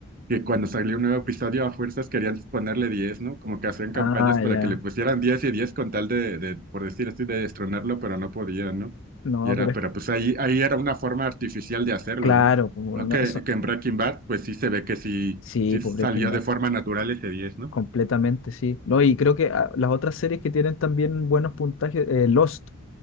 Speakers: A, on the right; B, on the left.
A: que cuando salió un nuevo episodio a fuerzas querían ponerle 10, ¿no? Como que hacían
B: Ah,
A: campañas para
B: ya.
A: que le pusieran 10 y 10 con tal de, de, por decir así, de destronarlo, pero no podían, ¿no?
B: No,
A: Y era,
B: pero
A: pero
B: es que,
A: pues ahí, ahí era una forma artificial de hacerlo,
B: claro,
A: ¿no?
B: pues, bueno,
A: No que,
B: eso.
A: que en Breaking Bad, pues sí se ve que sí,
B: Sí,
A: sí
B: pues
A: salió
B: Breaking Bad,
A: de forma natural ese diez, ¿no?
B: completamente, sí. No, y creo que ah, las otras series que tienen también buenos puntajes, eh, Lost.